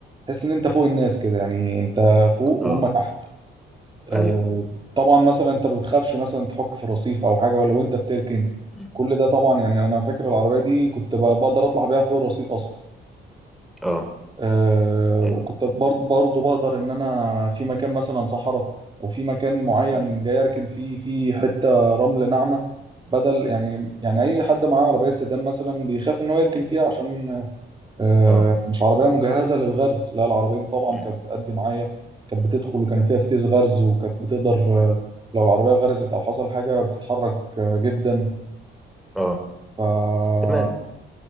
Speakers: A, on the right; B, in the centre.
A: تحس ان انت فوق الناس كده يعني انت فوق وهم
B: اه
A: تحت آه،
B: ايوه
A: طبعا مثلا انت ما بتخافش مثلا تحك في الرصيف او حاجه ولا وانت بتركن
B: مم.
A: كل ده طبعا يعني انا فاكر العربيه دي كنت ب- بقدر اطلع بيها فوق الرصيف اصلا
B: اه
A: آه،
B: مم.
A: كنت برض- برضو بقدر ان انا في مكان مثلا صحراء او في مكان معين
B: مم.
A: جاي اركن فيه في حته رمل ناعمه بدل يعني يعني اي حد معاه عربيه سيدان مثلا بيخاف ان هو يركن فيها عشان آه،
B: اه
A: مش عربية مجهزة للغرز لا العربية دي طبعا
B: مم.
A: كانت بتأدي معايا كانت
B: مم.
A: بتدخل وكان فيها فتيس غرز وكانت بتقدر آه، لو العربية غرزت أو حصل حاجة بتتحرك آه، جدا
B: اه
A: ف
B: تمام